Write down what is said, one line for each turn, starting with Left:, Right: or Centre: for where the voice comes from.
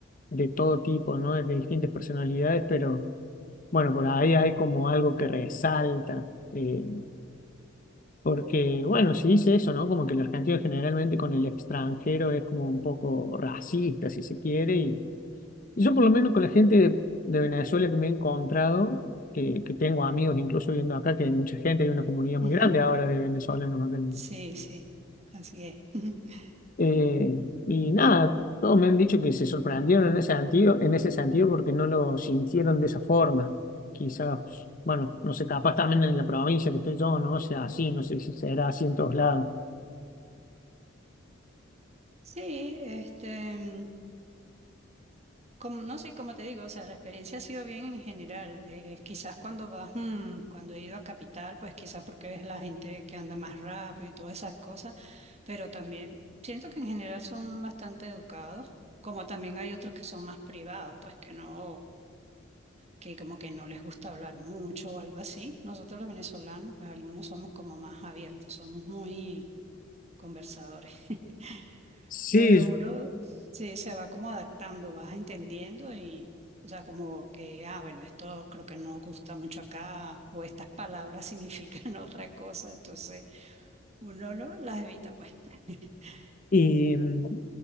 Left: de todo tipo, ¿no? De distintas personalidades, pero bueno, por ahí hay como algo que resalta. eh, porque, bueno, se dice eso, ¿no? Como que el argentino generalmente con el extranjero es como un poco racista, si se quiere, y Y yo por lo menos con la gente de, de Venezuela que me he encontrado, que, que tengo amigos incluso viendo acá, que hay mucha gente, hay una comunidad muy
Right: Ujú.
Left: grande ahora de venezolanos acá en-
Right: Sí, sí, así es. <laughs>
Left: eh, y nada, todos me han dicho que se sorprendieron en ese sentido, en ese sentido porque no lo sintieron de esa forma. Quizás, bueno, no sé, capaz también en la provincia que estoy yo, no sé, así, no sé si será así en todos lados.
Right: Sí, este. Como- no sé, como te digo, o sea, la experiencia ha sido bien en general. Eh, quizás cuando vas, mm, cuando he ido a Capital, pues quizás porque ves la gente que anda más rápido y todas esas cosas, pero también siento que en general son bastante educados, como también hay otros que son más privados, pues que no, que como que no les gusta hablar mucho o algo así. Nosotros los venezolanos, pues algunos somos como más abiertos, somos muy conversadores. <laughs>
Left: Sí,
Right: Pero uno sí se va como adaptando, vas entendiendo y, o sea, como que, ah, bueno, esto creo que no gusta mucho acá, o estas palabras significan <laughs> otra cosa, entonces uno no las evita, pues. <laughs>
Left: Y mm,